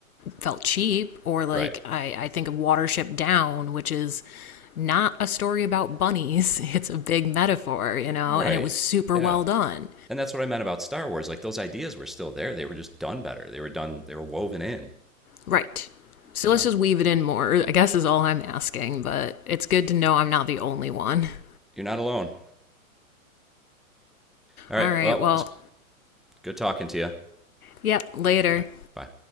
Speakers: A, on the left (about 80°); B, in the centre.
A: felt cheap. Or, like,
B: Right.
A: I, I think of Watership Down, which is not a story about bunnies, <laughs> it's a big metaphor, you know,
B: Right.
A: and it was super
B: Yeah.
A: well done.
B: And that's what I meant about Star Wars. Like those ideas were still there. They were just done better. They were done. They were woven in.
A: Right. So
B: You know.
A: let's just weave it in more, I guess is all I'm asking, but it's good to know I'm not the only one. <laughs>
B: You're not alone. All right.
A: All right,
B: Well,
A: well,
B: it was good talking to you. All
A: yep, later.
B: right. Bye.